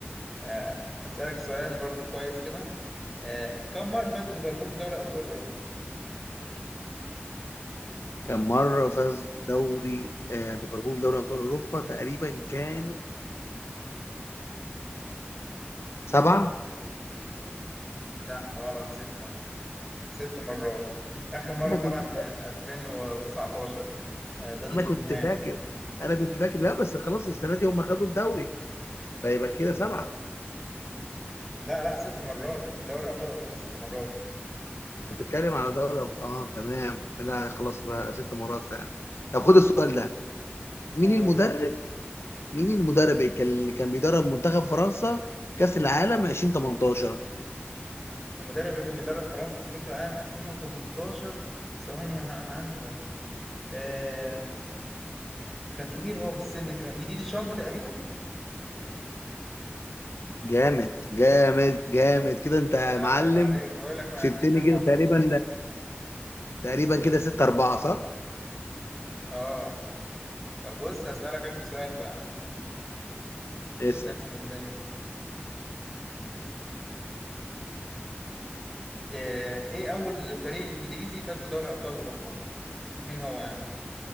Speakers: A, in the centre; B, on the left.
A: آه أسألك سؤال برضو كويس كده آه، كم مرة فاز ليفربول بدوري أبطال أوروبا؟
B: كان مرة فاز دوري آه، ليفربول دوري أبطال أوروبا تقريبا كان سبعة
A: لا غلط ستة ست مرات آخر مرة
B: أنا
A: طبعا
B: كنت
A: كانت 2019 آه، ضد
B: أنا
A: توتنهام
B: كنت فاكر أنا كنت فاكر لا بس خلاص السنة دي هم خدوا الدوري فيبقى كده سبعة
A: لا لا ست مرات دوري أبطال أوروبا ست مرات
B: بتتكلم على دوري أبطال آه تمام لا خلاص بقى ست مرات فعلا طب خد السؤال ده مين
A: قول
B: المدرب مين المدرب اللي كان اللي كان بيدرب منتخب فرنسا كأس العالم 2018
A: المدرب اللي كان بيدرب فرنسا في كأس العالم 2018 ثواني أنا أنا عارفه آه كان كبير هو في السن كده دي دي دي شامب تقريبا
B: جامد جامد جامد كده أنت يا
A: آه
B: معلم
A: عيب عليك بقول لك ما
B: كسبتني
A: عنديش يا عم
B: كده
A: ارحميني
B: تقريبا تقريبا كده 6 4 صح؟
A: اه طب بص هسألك آخر سؤال بقى
B: اسأل
A: عشان نحسم الدنيا آه، ايه اول فريق انجليزي فاز بدوري ابطال اوروبا مين هو يعني